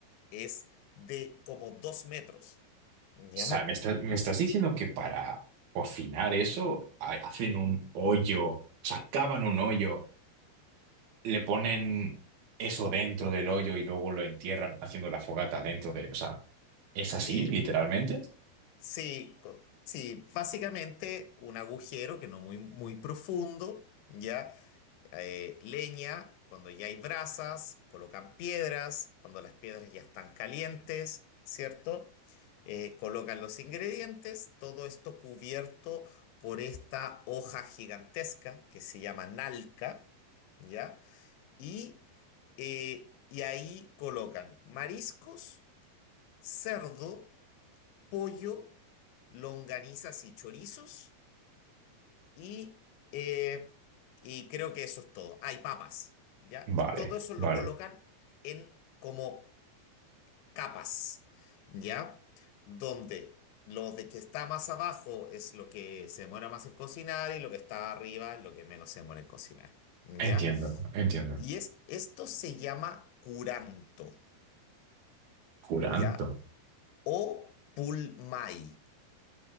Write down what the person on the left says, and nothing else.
es de como dos metros. ¿Ya?
Eh,
sí, co- sí, básicamente un agujero que no muy, muy profundo, ¿ya? Eh, leña, cuando ya hay brasas, colocan piedras, cuando las piedras ya están calientes, ¿cierto? Eh, colocan los ingredientes, todo esto cubierto por esta hoja gigantesca que se llama nalca, ¿ya? Y, eh, y ahí colocan mariscos, cerdo, pollo, longanizas y chorizos. Y, eh, y creo que eso es todo. Hay papas, ¿ya?
Y todo eso lo
colocan en como capas, ¿ya? Donde lo de que está más abajo es lo que se demora más en cocinar y lo que está arriba es lo que menos se demora en cocinar, ¿ya?
Y es, esto se llama curanto,
¿ya? O pulmay.